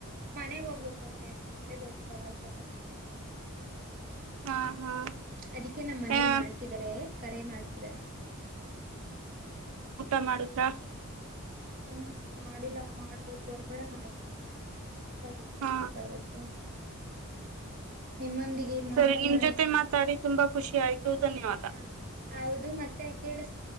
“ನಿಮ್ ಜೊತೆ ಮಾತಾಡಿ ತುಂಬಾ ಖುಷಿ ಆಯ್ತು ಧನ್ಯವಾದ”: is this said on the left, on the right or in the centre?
Right